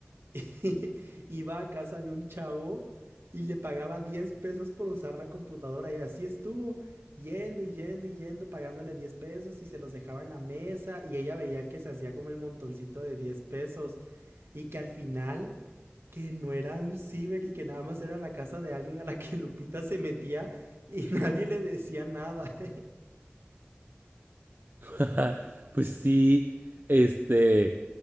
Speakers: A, on the right (about 75°); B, on the right (about 55°).
A: <laughs> iba a casa de un chavo y le pagaba 10 pesos por usar la computadora y así estuvo. Yendo y yendo y yendo, pagándole 10 pesos y se los dejaba en la mesa y ella veía que se hacía como el montoncito de 10 pesos y que al final que no era un ciber y que nada más era la casa de alguien a la que Lupita se metía y <laughs> nadie le decía nada. <laughs>
B: <laughs> Pues sí, este,